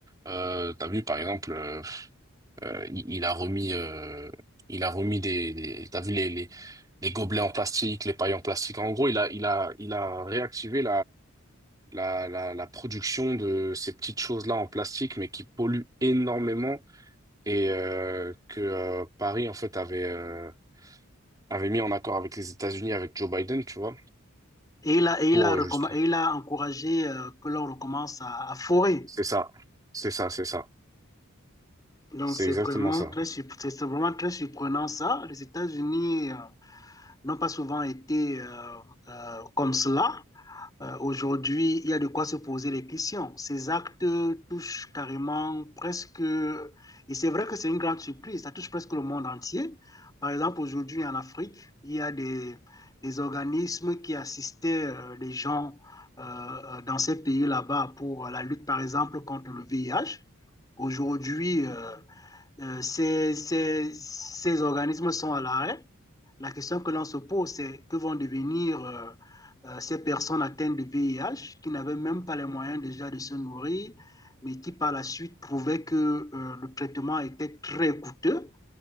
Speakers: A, on the right; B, on the left.
A: euh, t'as vu, par exemple, euh, euh, il, il a remis, euh, il a remis des, des t'as vu les, les, les gobelets en plastique, les pailles en plastique. En gros, il a, il a, il a réactivé la, la, la production de ces petites choses-là en plastique, mais qui polluent énormément et euh, que euh, Paris, en fait, avait, euh, avait mis en accord avec les États-Unis, avec Joe Biden, tu vois,
B: Et il a, et
A: pour
B: il a, recomm-
A: euh, juste...
B: et il a encouragé euh, que l'on recommence à, à forer.
A: C'est ça, c'est ça, c'est ça.
B: Donc,
A: C'est
B: c'est
A: exactement
B: vraiment
A: ça.
B: très, surp- c'est c'est vraiment très surprenant ça. Les États-Unis euh, n'ont pas souvent été euh, euh, comme cela. Euh, aujourd'hui, il y a de quoi se poser les questions. Ces actes touchent carrément presque, et c'est vrai que c'est une grande surprise, ça touche presque le monde entier. Par exemple, aujourd'hui en Afrique, il y a des, des organismes qui assistaient euh, les gens euh, euh, dans ces pays là-bas pour la lutte, par exemple, contre le VIH. Aujourd'hui, euh, euh, ces, ces, ces organismes sont à l'arrêt, la question que l'on se pose, c'est que vont devenir euh, euh, ces personnes atteintes de VIH qui n'avaient même pas les moyens déjà de se nourrir, mais qui par la suite prouvaient que euh, le traitement était très coûteux.